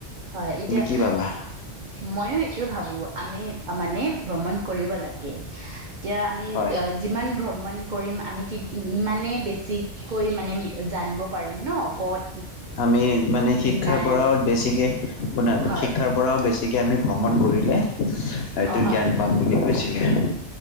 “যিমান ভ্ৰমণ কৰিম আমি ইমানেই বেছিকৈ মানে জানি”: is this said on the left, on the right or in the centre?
Right